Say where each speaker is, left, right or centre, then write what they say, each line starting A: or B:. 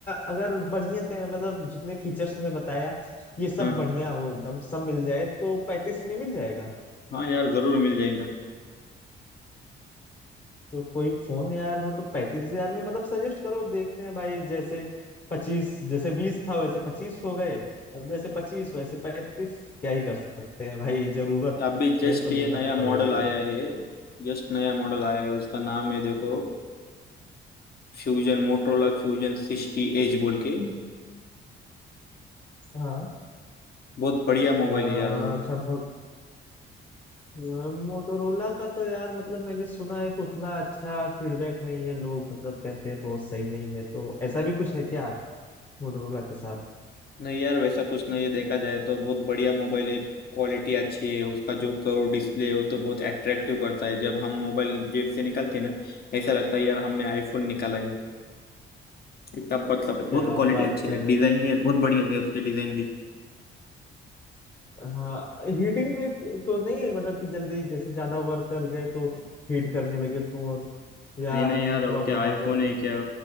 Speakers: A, on the left; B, on the left.
A: अगर बढ़िया कैमरा मतलब जितने फीचर्स मैं बताया
B: हाँ
A: ये सब बढ़िया हो एकदम सब मिल जाए तो पैंतीस में मिल जाएगा
B: हाँ यार ज़रूर मिल जाएगा
A: तो कोई फोन यार हो तो पैंतीस हजार में मतलब सजेस्ट करो देखते हैं भाई जैसे पच्चीस जैसे बीस था वैसे पच्चीस हो गए अब जैसे पच्चीस वैसे पैंतीस क्या ही कर सकते हैं भाई जरूरत
B: अभी जस्ट
A: है तो
B: ये
A: लेना
B: नया
A: तो पड़ेगा
B: मॉडल
A: ही
B: आया है जस्ट नया मॉडल आया है उसका नाम है देखो fusion Motorola fusion sixty edge बोल के
A: हाँ
B: बहुत बढ़िया मोबाइल
A: अ,
B: है यार वो
A: अच्छा मो, मोटोरोला का तो यार मतलब मैंने सुना है कि उतना अच्छा फीडबैक नहीं है लोग मतलब कहते हैं बहुत सही नहीं है तो ऐसा भी कुछ है क्या मोटोरोला के साथ
B: नहीं यार वैसा कुछ नहीं है देखा जाए तो बहुत बढ़िया मोबाइल है क्वालिटी अच्छी है उसका जो कर्व डिस्प्ले है वो तो बहुत अट्रैक्टिव करता है जब हम मोबाइल जेब से निकालते हैं ना ऐसा लगता है यार हमने आईफोन निकाला है इतना मतलब बहुत
A: क्या आप
B: क्वालिटी
A: बात
B: अच्छी है
A: कर
B: डिजाइन भी यार बहुत बढ़िया है उसकी डिजाइन भी
A: हाँ हीटिंग में तो नहीं है मतलब कि जल्दी जैसे ज्यादा वर्क कर गए तो हीट करने लगे फोन या
B: नहीं नहीं
A: हैंग
B: यार वो
A: प्रॉब्लम
B: क्या आईफोन
A: आ जाए जल्दी
B: है क्या